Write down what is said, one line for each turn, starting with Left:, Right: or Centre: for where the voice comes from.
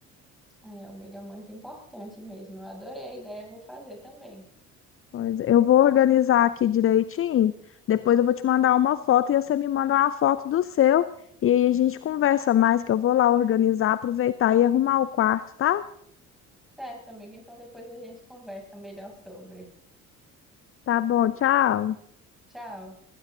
Centre: Ai, amiga, é muito importante mesmo. Eu adorei a ideia, vou fazer também.
Left: Pois eu vou organizar aqui direitinho, depois eu vou te mandar uma foto e você me manda uma foto do seu e aí a gente conversa mais, que eu vou lá organizar, aproveitar e arrumar o quarto, tá?
Centre: Certo, amiga. Então depois a gente conversa melhor sobre.
Left: Tá bom, tchau.
Centre: Tchau.